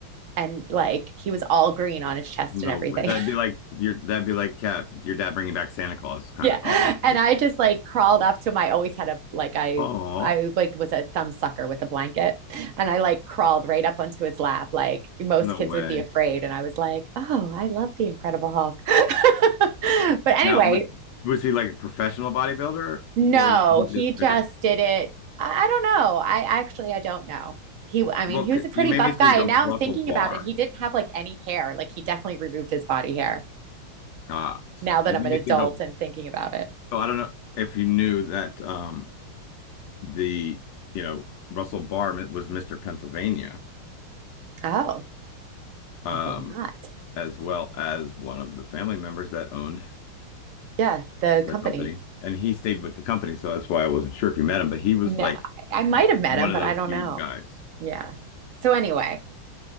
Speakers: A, on the right (about 55°); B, on the left (about 85°).
A: And like he was all green on his chest
B: No
A: and everything.
B: way. That'd be like your that'd be like cat your dad bringing back Santa Claus
A: <laughs>
B: kind
A: yeah.
B: of almost
A: And
B: like
A: I just like crawled up to him. I always had a, like, I,
B: oh
A: I like was a thumb sucker with a blanket and I like crawled right up onto his lap. Like most
B: no
A: kids
B: way.
A: would be afraid. And I was like, oh, I love the Incredible Hulk. <laughs> but anyway,
B: Now would was he like a professional bodybuilder
A: No,
B: or would he
A: he
B: just
A: just
B: okay?
A: did it. I, I don't know. I actually I don't know. He, I mean,
B: Well,
A: he was
B: c-
A: a pretty
B: you made
A: buff
B: me think
A: guy, and
B: of
A: now
B: Russell
A: I'm thinking
B: Barr.
A: about it. He didn't have like any hair. Like he definitely removed his body hair.
B: Uh, s-
A: Now that
B: you
A: I'm
B: made
A: an
B: me
A: adult
B: think of
A: and thinking about it.
B: so I don't know if you knew that um the you know Russell Barr mi- was Mr. Pennsylvania
A: Oh,
B: um
A: I did not.
B: as well as one of the family members that owned
A: Yeah, the
B: the
A: company.
B: company and he stayed with the company so that's why I wasn't sure if you met him but he was
A: No,
B: like
A: I, I might have met
B: one
A: him,
B: of
A: but
B: those
A: I don't
B: huge
A: know.
B: guys.
A: Yeah. So anyway,